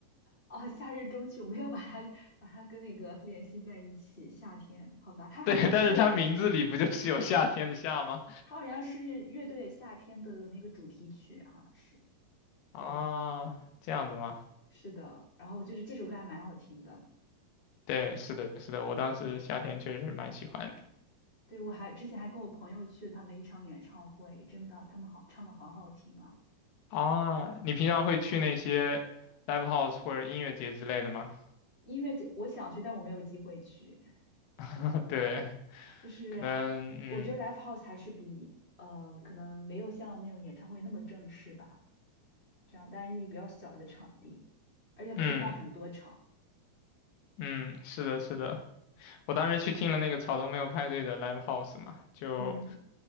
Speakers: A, on the left; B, on the left.
A: 哦，夏日中曲我没有把它把它跟那个联系在一起，夏天，好吧，它好像是
B: 对，但是它名字里不就是有夏天的夏吗？
A: 它好像是乐队夏天的那个主题曲，好像是。
B: 啊，
A: 对，
B: 这样子吗？
A: 是的，然后就是这首歌还蛮好听的。
B: 对，是的，是的，我当时夏天确实是蛮喜欢的。
A: 对，我还之前还跟我朋友去了他们一场演唱会，真的，他们好唱的好好听啊。
B: 啊，你平常会去那些 live house 或者音乐节之类的吗？
A: 音乐节我想去，但我没有机会去。
B: <laughs>
A: 对，
B: 对，
A: 就是我觉得
B: 可能，嗯
A: live house 还是比呃可能没有像那种演唱会那么正式吧，这样，但是比较小的场地，而且可以办很多场。
B: 嗯嗯，是的，是的。我当时去听了那个草东没有派对的 live house 嘛，就
A: 嗯，